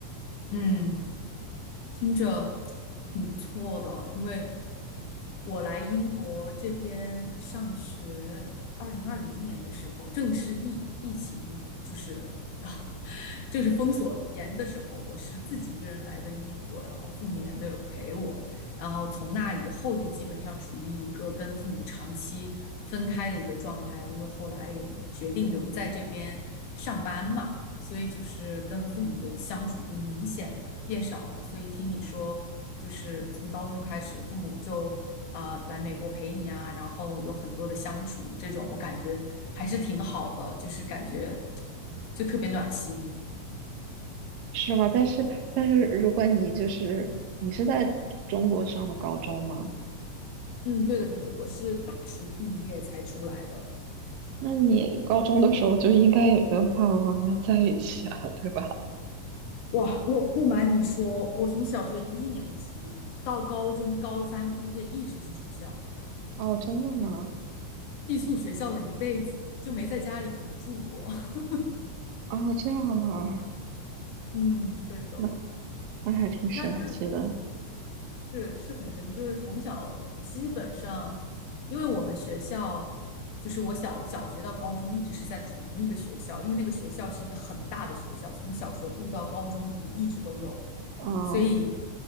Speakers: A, on the left; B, on the right.
A: 嗯，听着挺不错的，因为我来英国这边上学，二零二零年的时候，正是疫疫情就是 <laughs> 正是封锁严的时候，我是自己一个人来的英国，然后父母也没有陪我，然后从那以后就基本上处于一个跟父母长期分开的一个状态，因为后来也决定留在这边上班嘛。所以就是跟父母的相处就明显变少了。所以听你说，就是从高中开始，父母就啊来美国陪你啊，然后有很多的相处，这种我感觉还是挺好的，就是感觉就特别暖心。
B: 是吗？但是但是如果你就是你是在中国上的高中吗？
A: 嗯，对的，对的，我是大学毕业才出来的。
B: 那你高中的时候就应该也跟爸爸妈妈在一起啊，对吧？
A: 哇，我不瞒你说，我从小学一年级到高中高三毕业，一直是住校，
B: 哦，真的吗？
A: 寄宿学校了一辈子，就没在家里怎么住过。<laughs>
B: 哦，这样啊，
A: 嗯，对的。
B: 那那还挺神奇的。
A: 那那你是是很神奇，就是从小基本上，因为我们学校就是我小小学到高中一直是在同一个学校，因为那个学校是一个很大的学校，从小学部到高中部一直都有，
B: 啊
A: 所以